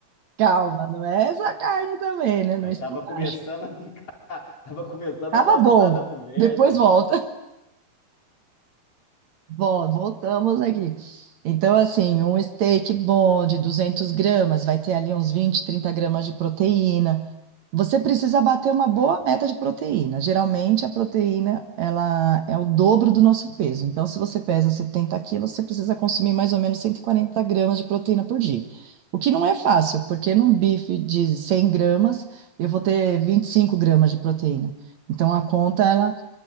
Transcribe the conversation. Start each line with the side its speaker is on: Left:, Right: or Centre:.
Right: Calma, não é essa carne também, né? Não
Left: Eu
Right: estupacha.
Left: tava começando a ficar, <laughs> tava começando
Right: Tava
Left: a gostar
Right: bom.
Left: da conversa.
Right: Depois volta. Bom, voltamos aqui. Então, assim, um steak bom de 200 gramas vai ter ali uns 20, 30 gramas de proteína. Você precisa bater uma boa
Left: Certo.
Right: meta de proteína. Geralmente, a proteína, ela é o dobro do nosso peso. Então, se você pesa 70 quilos, você precisa consumir mais ou menos 140 gramas de proteína por dia. O que não é fácil, porque num bife de 100 gramas, eu vou ter 25 gramas de proteína. Então, a conta, ela,